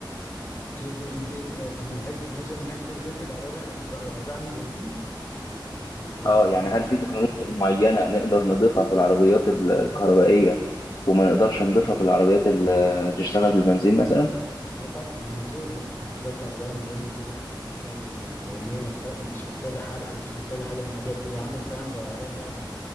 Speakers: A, on the left; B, on the left.
A: ب- ب- من حيث التكنولوجيا من ناحيه اللي تفرق العربيه العربيه عن البنزين الكهرباء
B: اه يعني
A: عن البنزين
B: هل في تكنولوجيا معينه نقدر نضيفها في العربيات ال- الكهربائيه وما نقدرش نضيفها في العربيات اللي تشتغل بالبنزين مثلا
A: اه طبعا الموتور مثلا العربيه الكهربائيه من غير موتور مثلا يعني لان هي مف... مش محتاجه حرق مش محتاجه حاجه من الحاجات دي هي عامله فعلا زي العربيه اللعبه